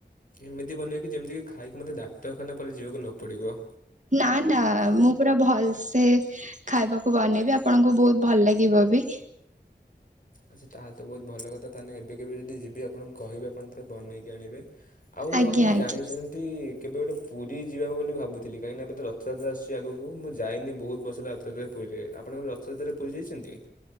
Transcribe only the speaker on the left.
ଏମିତି ବନେଇବେ କି ଯେମିତିକି ଖାଇକି ମତେ ଡାକ୍ତରଖାନା ପରେ ଯିବାକୁ ନ ପଡ଼ିବ।
ଆଚ୍ଛା ତାହେଲେ ତ ବହୁତ ଭଲ କଥା ତାହେଲେ ଏବେ କେବେ ଯଦି ଯିବି ଆପଣଙ୍କୁ କହିବେ ଆପଣ ଥରେ ବନେଇକି ଆଣିବେ। ଆଉ
ଆପଣ
ଜାଣିଚନ୍ତି? କେବେ ଗୋଟେ ପୁରୀ ଯିବାକୁ ବୋଲି ଭାବୁଥିଲି କାହିକିନା ଏବେ ତ ରଥଯାତ୍ରା ଆସୁଚି ଆଗକୁ ମୁଁ ଯାଇନି ବହୁତ ବର୍ଷ ହେଲା ରଥଯାତ୍ରା ପୁରୀ ରେ, ଆପଣ କେବେ ରଥଯାତ୍ରା ପୁରୀ ଯାଇଚନ୍ତି?